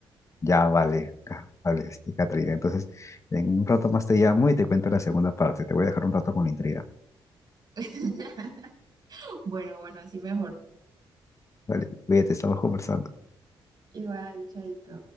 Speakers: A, on the left (about 35°); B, on the right (about 50°).
A: Ya, vale, ca- vale, este, Catrina. Entonces, en un rato más te llamo y te cuento la segunda parte. Te voy a dejar un rato con la intriga.
B: <laughs> Bueno, bueno, así mejor.
A: Vale, cuídate, estamos conversando.
B: Igual, chaito.